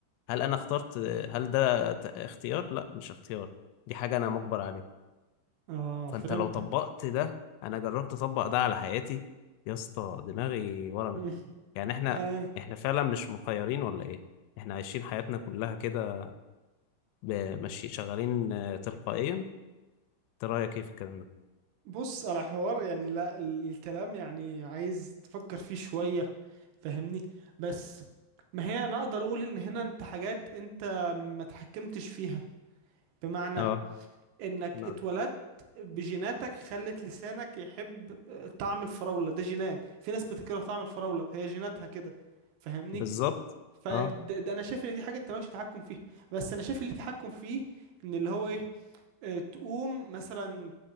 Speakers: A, on the left; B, on the right.
A: هل انا اخترت هل ده ت- اختيار لا مش اختيار دي حاجة انا مجبر عليها
B: اه
A: فانت
B: فهمتك
A: لو طبقت ده انا جربت اطبق ده على حياتي يا اسطى دماغي ورمت
B: <laughs>
A: يعني احنا
B: مم.
A: احنا فعلا مش مخيرين ولا ايه احنا عايشين حياتنا كلها كده ب- ماشي شغالين آه، تلقائيا انت رايك ايه في الكلام ده
B: بص على حوار يعني لا ال- الكلام يعني عايز تفكر فيه شوية فاهمني بس ما هي انا اقدر اقول ان هنا انت حاجات انت ما تحكمتش فيها بمعنى
A: اه
B: انك
A: نعم
B: اتولدت بجيناتك خلت لسانك يحب آه، طعم الفراولة ده جينات في ناس بتكره طعم الفراولة هي جيناتها كده فاهمني
A: بالظبط
B: فده
A: اه
B: انا شايف ان دي حاجة انت مالكش تحكم فيها بس انا شايف اللي تحكم فيه ان اللي هو ايه آه، تقوم مثلا